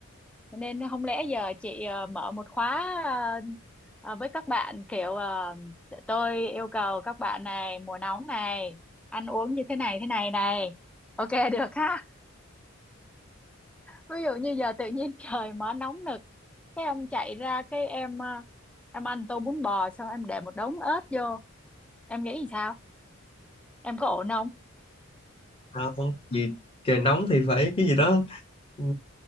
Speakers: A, in the centre; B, on the left.
A: Cho nên không lẽ giờ chị ờ, mở một khóa ờ, ờ, với các bạn kiểu ờ, tôi yêu cầu các bạn này mùa nóng này ăn uống như thế này thế này này ok <laughs> được ha ví dụ như giờ tự nhiên <laughs> trời mở nóng nực cái em chạy ra cái em à, em ăn tô bún bò xong em để một đống ớt vô em nghĩ làm sao em có ổn không
B: không, vì trời nóng thì phải cái gì đó ừ,